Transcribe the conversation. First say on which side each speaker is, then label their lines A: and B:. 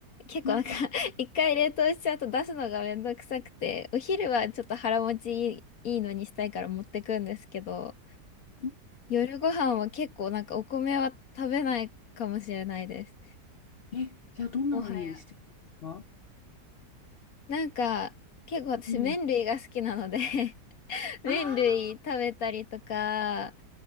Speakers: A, on the left (about 55°); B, on the left (about 80°).
A: 結構なんか
B: うん。
A: <laughs> 一回冷凍しちゃうと出すのがめんどくさくて、お昼はちょっと腹持ちいい、いいのにしたいから持ってくんですけど、
B: うん
A: 夜ご飯は結構なんかお米は食べないかもしれないです。
B: え、じゃあどんなのにしてるんですか
A: もはや。なんか、結構私麺類が好きなので
B: うん。
A: <laughs> 麺類食べたりとか、
B: ああ、